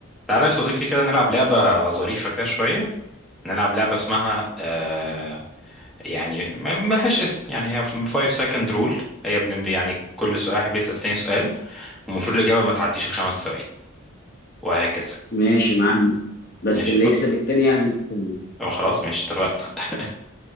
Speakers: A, in the centre; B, on the left (about 45°).
A: تعالى يا صديقي كده نلعب لعبة ظريفة كده شوية نلعب لعبة اسمها آه يعني ما- ملهاش اسم يعني هي 5 second rule هي بن- يعني كل سؤال واحد بيسأل تاني سؤال والمفروض الإجابة ما تعديش الخمس ثواني وهكذا
B: ماشي معاك بس
A: ماشي
B: اللي
A: خلاص
B: يكسب التاني يعزم التاني
A: أه، خلاص ماشي اتفقنا <laughs>